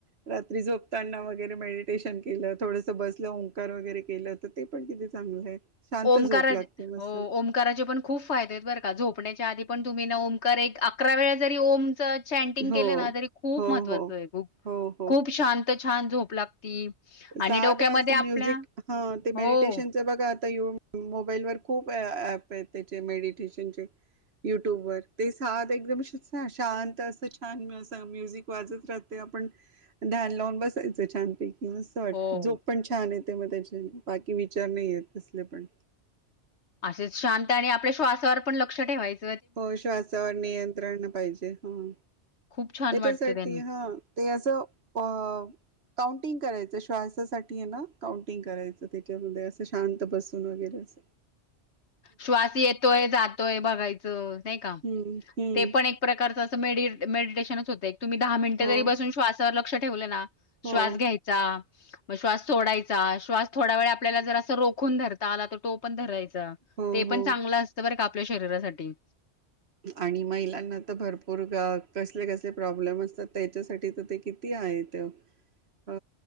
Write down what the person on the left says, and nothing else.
ओंकाराज
हो ओम ओंकाराचे पण खूप फायदे आहेत बर का, झोपण्याच्या आधी पण तुम्ही ना ओकार एक अकरा वेळा जरी ओमच चँटिंग
केलं ना तरी खूप
महत्त्वाचं
आहे. खूप,
खूप शांत छान झोप लागती.
आणि डोक्यामध्ये
आपल्या
हो.
हो.
अशेच शांत आणि आपल्या श्वासावर पण लक्ष ठेवायच.
खूप छान
वाटतं त्यानी.
श्वास येतोय, जातोय बघायचं नाही का,
ते पण एक प्रकारचं अस मेडिट-मेडिटशनच होतय. एक तुम्ही दहा मिनिटं
जरी बसून श्वासावर लक्ष ठेवले ना
श्वास घ्यायचा मग श्वास सोडायचा. श्वास थोडा वेळ आपल्याला जर, असं रोखून धरता आला तर तो पण धरायचा.
ते पण
चांगलं असतं बरं का, आपल्या शरीरासाठी.